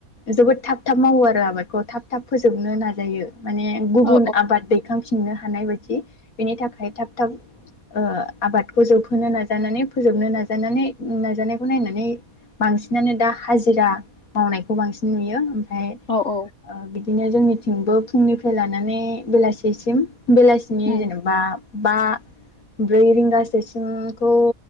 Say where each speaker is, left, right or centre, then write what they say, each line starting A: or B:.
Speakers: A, on the left; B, on the left.
A: जोबोद थाब थाब मावो आरो आबादखौ थाब थाब फोजोबनो नाजायो। माने गुबुन
B: औ
A: आबाद दैखां फिननो हानाय बायदि बेनि थाखाय थाब थाब ओ आबादखौ जोबहोनो नाजानानै फोजोबनो नाजानानै नाजानायखौ नायनानै बांसिनानो दा हाजिरा मावनायखौ बांसिन नुयो ओम फ्राय ओ
B: औ औ
A: बिद बिदिनो जोंनिथिंबो फुंनिफ्राय लानानै बेलासिसिम बेलासिनि
B: उम
A: जेनेबा बा ब्रै रिंगासोसिमखौ